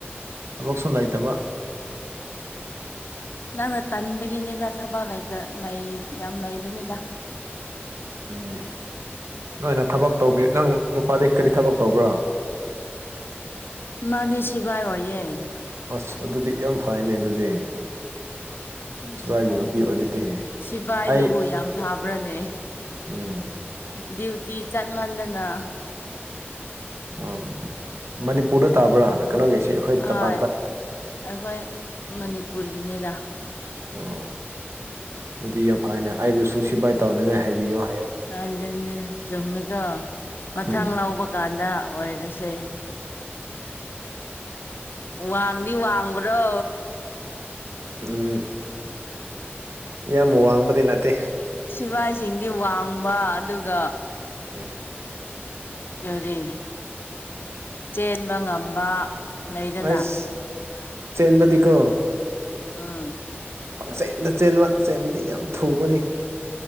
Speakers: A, on the right (about 90°); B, on the left (about 55°).
A: ꯊꯕꯛꯁꯨ ꯂꯩꯇꯕ
B: ꯅꯪꯅ ꯇꯟꯕꯒꯤꯅꯤꯗ ꯊꯕꯛ ꯂꯩꯇ ꯂꯩ ꯌꯥꯝ ꯂꯩꯕꯅꯤꯗ
A: ꯎꯝ ꯅꯣꯏꯅ ꯊꯕꯛ ꯇꯧꯕꯤꯌꯨ ꯅꯪ ꯅꯨꯄꯥꯗꯒꯤꯩ ꯀꯔꯤ ꯊꯕꯛ ꯇꯧꯕ꯭ꯔꯣ
B: ꯃꯥꯅꯦ ꯁꯕꯥꯥꯏ ꯑꯣꯏꯌꯦꯦ
A: ꯑꯁ ꯑꯗꯨꯗꯤ ꯌꯥꯝ ꯐꯩꯅꯦ ꯑꯗꯨꯗꯤ
B: ꯑꯁ
A: ꯁꯤꯕꯥꯏꯒꯤ
B: ꯈꯪꯗꯦꯗ
A: ꯅꯨꯄꯤ ꯑꯣꯏꯔꯗꯤ
B: ꯁꯤꯐꯥꯏꯗꯨꯕꯨ
A: ꯑꯩ
B: ꯌꯥꯝ ꯐꯥꯕ꯭ꯔꯥꯅꯦ
A: ꯎꯝ
B: ꯗ꯭ꯌꯨꯇꯤ ꯆꯠꯃꯟꯗꯅ
A: ꯑ ꯃꯅꯤ ꯄꯨꯗ ꯇꯥꯕ꯭ꯔꯥ ꯀꯩꯅꯣꯒꯤꯁꯤ ꯑꯩꯈꯣꯏ
B: ꯍꯣꯏ
A: ꯇꯝꯄꯥꯛꯄ
B: ꯑꯩꯈꯣꯏ ꯃꯅꯤꯄꯨꯔꯒꯤꯅꯤꯗ
A: ꯑꯣ ꯑꯗꯨꯗꯤ ꯌꯥꯝ ꯐꯅꯦ ꯑꯩꯕꯨꯁꯨ ꯁꯤꯐꯥꯏ ꯇꯧꯅꯤꯡꯉꯥꯏ ꯍꯥꯏꯕꯤꯌꯨ ꯍꯥꯏ
B: ꯑꯖꯤ ꯆꯃꯤꯒꯥ ꯃꯊꯪ
A: ꯎꯝ
B: ꯂꯧꯕ ꯀꯥꯟꯗ ꯑꯣꯏꯔꯁꯦ ꯋꯥꯡꯗꯤ ꯋꯥꯡꯕ꯭ꯔꯣ
A: ꯎꯝ ꯌꯥꯝ ꯋꯥꯡꯕꯗꯤ ꯅꯠꯇꯦ
B: ꯁꯤꯐꯥꯏꯁꯤꯡꯗꯤ ꯋꯥꯡꯕ ꯑꯗꯨꯒ
A: ꯎꯝ
B: ꯀꯔꯤ ꯆꯦꯟꯕ ꯉꯝꯕ ꯂꯩꯗꯅ
A: ꯑꯁ ꯆꯦꯟꯕꯗꯤꯀꯣ
B: ꯑꯥ
A: ꯄꯥꯛꯆꯦꯟꯗ ꯆꯦꯟꯕ ꯆꯦꯟꯕꯗꯤ ꯌꯥꯝ ꯊꯨꯕꯅꯤ